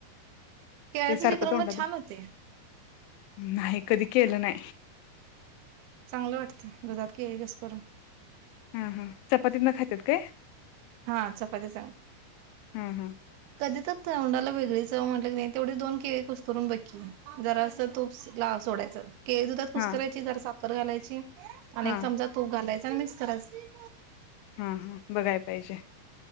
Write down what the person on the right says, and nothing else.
केळचे
श क्रमण
छान होते
चांगलं वाटतं दुधात के कस करून
हा चपाती सांग
कधी तर तोंडाला वेगळी चव म्हटलं की नाही तेवढी दोन केळी कुसकरून बघकी जरासं तूप लाव सोडायचं केळी दुधा कुसकरायची
जरा सा कर घालायची आणि
एक चमचा तूप घालायच. त्याला मिक्स करायचं.